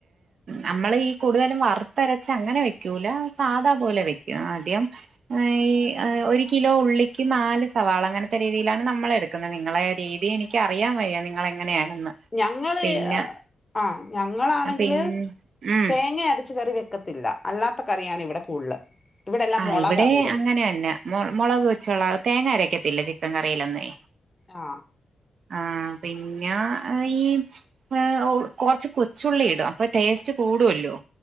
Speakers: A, on the right; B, on the left.
A: നമ്മൾ ഈ കൂടുതലും വറുത്തരച്ച അങ്ങനെ വെക്കൂല സാധാ പോലെ വെക്കും ആദ്യം ഈ ഒരു കിലോ ഉള്ളിക്ക് നാല് സവാള അങ്ങനത്തെ രീതിയിലാണ് നമ്മള എടുക്കുന്നത് നിങ്ങളെ രീതി എനിക്ക് അറിയാൻ വയിയോ നിങ്ങളെങ്ങനെയാണെന്ന്
B: ഞങ്ങള്
A: പിന്നെ
B: ആ ഞങ്ങളാണെങ്കില്
A: പിൻ ഉം
B: തേങ്ങ അരച്ച് കറി വെ ക്കത്തില്ല അല്ലാത്ത കറിയാണ് ഇവിടെ കൂടുതല് ഇവിടെല്ലാം
A: ആഹ്
B: മുളകാ
A: ഇവിടെ
B: കൂടുതൽ
A: അങ്ങനെന്നെ മുളക് വെച്ചുള്ള തേങ്ങരക്കത്തില്ല ചി ക്കൻ കറീല്ലന്നേ
B: ആ
A: ആ പിന്ന ഈ ഏ ഒ കൊറച്ച് കൊച്ചുള്ളി ഇടും അപ്പ ടേസ്റ്റ് കൂടുല്ലോ.